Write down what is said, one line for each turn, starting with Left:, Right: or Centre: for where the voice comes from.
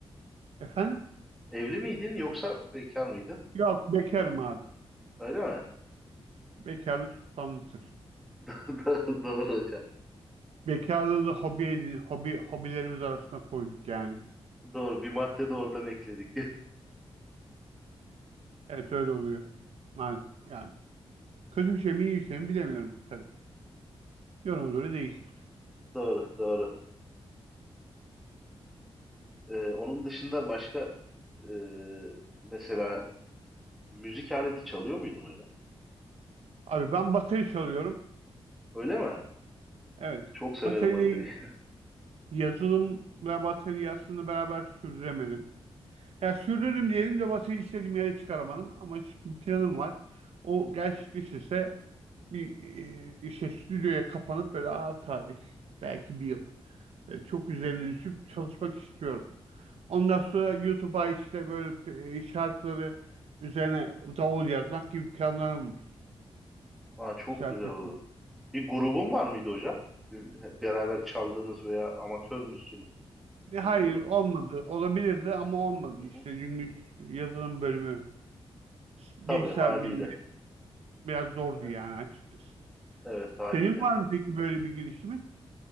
Right: Efendim?
Centre: Evli miydin yoksa bekar mıydın?
Right: Yok bekarım abi.
Centre: Öyle mi?
Right: Bekarlık sultanlıktır.
Centre: <laughs> Doğru hocam.
Right: Bekarlığı da hobi edin, hobi, hobilerimiz arasına koyduk yani.
Centre: Doğru. Bir madde de oradan ekledik.
Right: Evet öyle oluyor. Yani, yani kötü bir şey mi iyi bir şey mi bilemiyorum tabii. Yoruma göre değişir.
Centre: <laughs> Doğru. Doğru. Ee, onun dışında başka e, mesela müzik aleti çalıyor muydun hocam?
Right: Abi ben bateri çalıyorum.
Centre: Öyle mi?
Right: Evet.
Centre: Çok severim
Right: Bateriyle
Centre: bateriyi.
Right: Yazılım ve bataryasını beraber sürdüremedim. Ya sürdürdüm diyelim de bataryayı istediğim yere çıkaramadım. Ama şimdi planım var. O gerçekleşirse bir e, işte stüdyoya kapanıp böyle ağır tarih belki bir yıl e, çok üzerine
Centre: <laughs> Hı hı.
Right: düşüp çalışmak istiyorum. Ondan sonra YouTube'a işte böyle e, şarkıları üzerine davul yazmak gibi planlarım var.
Centre: Aa, çok
Right: Şarkı.
Centre: güzel olur.
Right: için.
Centre: Bir grubun var mıydı hocam? Bir- Beraber çaldığınız veya amatör müsün
Right: E, hayır
Centre: bilmiyorum.
Right: olmadı. Olabilirdi ama olmadı.
Centre: Hı
Right: İşte
Centre: hı.
Right: çünkü yazılım bölümü bilgisayar
Centre: Tabii haliyle.
Right: bilimleri Biraz zordu
Centre: Evet,
Right: yani açıkçası.
Centre: evet haliyle.
Right: Senin var mı peki böyle bir girişimin?